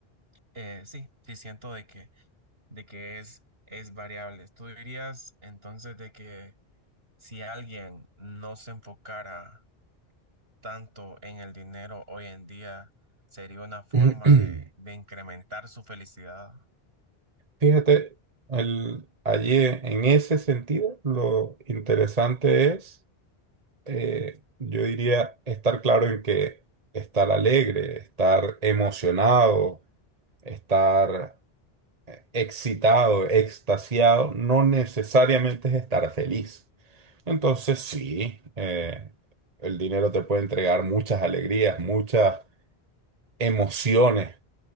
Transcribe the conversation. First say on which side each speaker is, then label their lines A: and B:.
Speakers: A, on the right (about 75°); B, on the right (about 40°).
A: eh, sí, sí siento de que, de que es, es variable. ¿Tú dirías entonces de que si alguien no se enfocara tanto en el dinero hoy en día, sería una forma
B: <clears throat>
A: de, de incrementar su felicidad?
B: Fíjate, el, allí en ese sentido, lo interesante es, eh, yo diría, estar claro en que estar alegre, estar emocionado, estar excitado, extasiado, no necesariamente es estar feliz. Entonces, sí, eh, el dinero te puede entregar muchas alegrías, muchas emociones